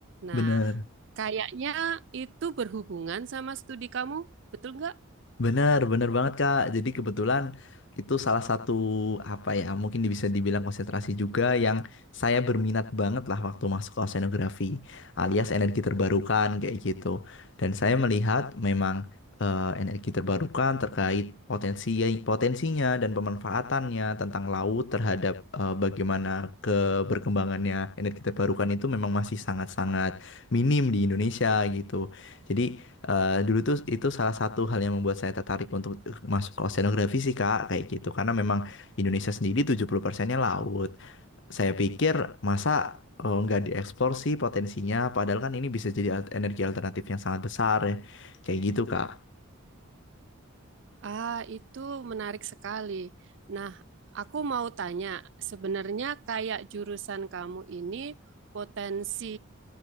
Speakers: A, on the right; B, on the left.
A: Nah,
B: bener.
A: Kayaknya itu berhubungan sama studi kamu, betul nggak?
B: Bener, bener banget Kak. Jadi kebetulan itu salah satu apa ya, mungkin bisa dibilang konsentrasi juga yang saya berminat banget lah waktu masuk ke oceanografi alias energi terbarukan kayak gitu. Dan saya melihat memang eh, energi terbarukan terkait potensi potensinya dan pemanfaatannya tentang laut terhadap eh, bagaimana keberkembangannya energi terbarukan itu memang masih sangat-sangat minim di Indonesia gitu. Jadi Eh, dulu tuh itu salah satu hal yang membuat saya tertarik untuk masuk ke oceanografi sih Kak, kayak gitu. Karena memang Indonesia sendiri tujuh puluh persennya laut. Saya pikir masa eh, nggak dieksplor sih potensinya, padahal kan ini bisa jadi al- energi alternatif yang sangat besar ya. Kayak gitu Kak.
A: Ah, itu menarik sekali. Nah, aku mau tanya, sebenarnya kayak jurusan kamu ini potensi